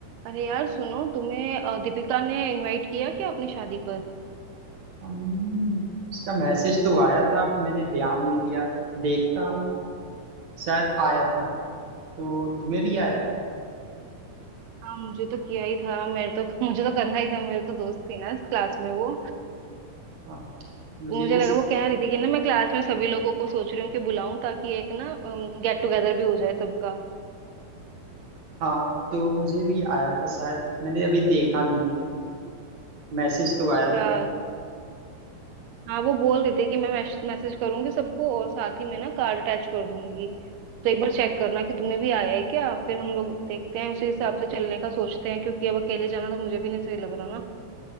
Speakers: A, on the right; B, on the right.
A: अरे यार सुनो तुम्हें अ, दीपिका ने इनवाइट किया क्या अपनी शादी पर
B: हम्म, इसका मैसेज तो आया था पर मैंने ध्यान नहीं दिया देखता हूँ शायद आया था तो तुम्हें भी आया है?
A: हाँ मुझे तो किया ही था मेरे तो <laughs> मुझे तो करना ही था मेरे तो दोस्त थी ना इस क्लास में वो
B: हाँ मुझे
A: मुझे
B: भी
A: लगा वो कह रही थी कि ना मैं क्लास में सभी लोगों को सोच रही हूँ कि बुलाऊं ताकि एक ना गेट टुगेदर भी हो जाए सबका
B: हाँ तो मुझे भी आया था शायद मैंने अभी देखा नहीं है मैसेज तो
A: अच्छा
B: आया था
A: हाँ वो बोल रही थी कि मैं मैसेज करूंगी सबको और साथ ही में ना कार्ड अटैच कर दूंगी तो एक बार चेक करना कि तुम्हें भी आया है क्या फिर हम लोग देखते हैं उसी हिसाब से चलने का सोचते हैं क्योंकि अब अकेले जाना तो मुझे भी नहीं सही लग रहा ना